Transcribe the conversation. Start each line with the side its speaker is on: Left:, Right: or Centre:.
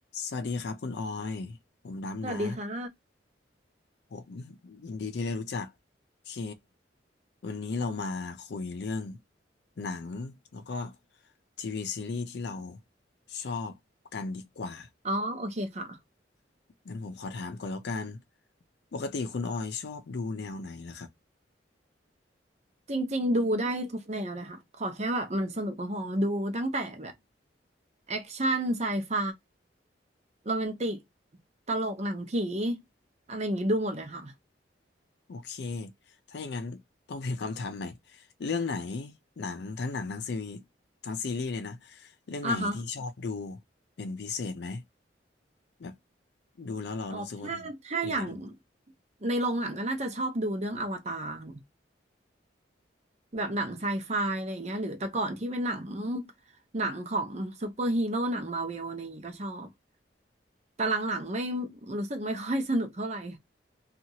Left: สวัสดีครับคุณออยผมดำนะ
Right: สวัสดีค่ะ
Left: ผมยินดีที่ได้รู้จักโอเควันนี้เรามาคุยเรื่องหนังแล้วก็ทีวีซีรีส์ที่เราชอบกันดีกว่า
Right: อ๋อ โอเคค่ะ
Left: งั้นผมขอถามก่อนแล้วกันปกติคุณออยชอบดูแนวไหนล่ะครับ
Right: จริงๆ ดูได้ทุกแนวเลยค่ะ ขอแค่แบบมันสนุกก็พอ ดูตั้งแต่แบบแอคชั่นไซไฟโรแมนติก ตลกหนังผีอะไรอย่างงี้ดูหมดเลยค่ะ
Left: โอเคถ้าอย่างนั้นต้องเปลี่ยนคำถามใหม่เรื่องไหนหนังทั้งหนังทั้งซีรีส์ทั้งซีรีส์เลยนะเรื่องไหนที่ชอบดู
Right: อ่ะฮะ
Left: เป็นพิเศษไหม แบบดูแล้วเรารู้สึกว่ามันหนึ่งในดวง
Right: อ๋อถ้าถ้าอย่างในโรงหนังก็น่าจะชอบดูเรื่องอวตาร แบบหนังไซไฟอะไรอย่างเงี้ยหรือแต่ก่อนที่เป็นหนังหนังของซูเปอร์ฮีโร่หนังมาเวลอะไรอย่างงี้ก็ชอบแต่หลังๆไม่รู้สึกไม่ค่อยสนุกเท่าไหร่